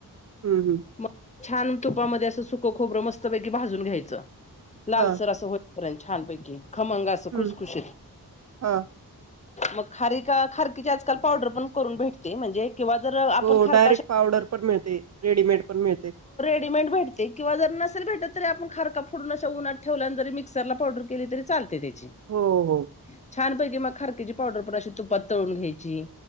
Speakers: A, on the right (about 45°); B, on the left (about 20°).
A: हम्म हम्म.
B: मग छान तुपामध्ये असं सुकं खोबरं मस्तपैकी भाजून घ्यायचं. लालसर
A: हा
B: असं हो <unintelligible> छानपैकी. खमंग अंस
A: हम्म
B: खुशखुशीत.
A: हा
B: मग खारीका खारकीची आजकाल पावडर पण करून भेटते म्हणजे किंवा जर आपण
A: हो
B: खारका
A: डायरेक्ट पावडर पण मिळते, रेडीमेड पण मिळते.
B: डीमेड भेटते किंवा जर, नसेल भेटत तरी आपण खारका फोडून अशा उन्हात ठेवल्या आणि जरी मिक्सरला पावडर केली तरी चा चालते ते.
A: हो हो
B: <inaudible> छानपैकी मग खारकीेची पावडर पण अशी तुपात तळून घ्यायची.